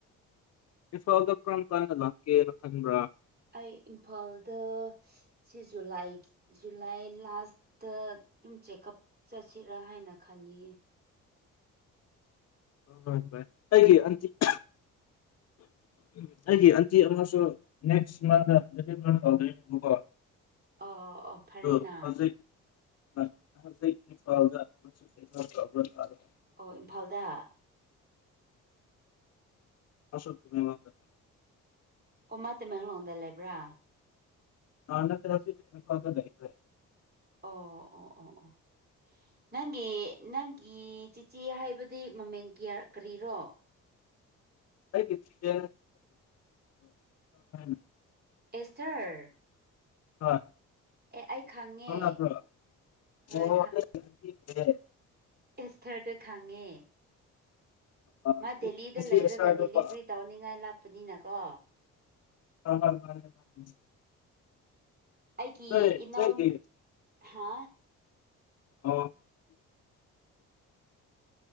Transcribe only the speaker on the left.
ꯏꯟꯐꯥꯜꯗ ꯀ꯭ꯔꯝ ꯀꯥꯟꯗ ꯂꯥꯛꯀꯦꯔ ꯈꯟꯕ꯭ꯔꯥ
ꯍꯣꯏ ꯑꯗꯨꯃꯥꯏ <unintelligible> ꯎꯝ ꯑꯩꯒꯤ ꯑꯟꯇꯤ ꯑꯃꯁꯨ ꯅꯦꯛꯁ ꯃꯟꯗ <unintelligible> ꯇꯧꯗꯣꯏꯅꯦꯕꯀꯣ
ꯗꯣ ꯍꯧꯖꯤꯛ ꯑ ꯍꯧꯖꯤꯛ ꯏꯝꯐꯥꯜꯗ <unintelligible>
ꯑꯁꯨꯛ ꯃꯤꯃꯥꯡꯗ
ꯑ ꯅꯠꯇꯦ ꯅꯠꯇꯦ <unintelligible> ꯂꯩꯈ꯭ꯔꯦ
ꯑꯩꯒꯤ ꯆꯤꯆꯦ <unintelligible>
ꯍꯣꯏ
ꯈꯪꯅꯕꯔꯣ
ꯑꯣ ꯅꯣꯏ <unintelligible> <inaudible>
ꯑꯥ
ꯉꯁꯤ
ꯑꯦꯁꯊꯔꯗꯀꯣ
<unintelligible>
ꯅꯣꯏ
ꯅꯣꯏꯒꯤ
ꯑꯣ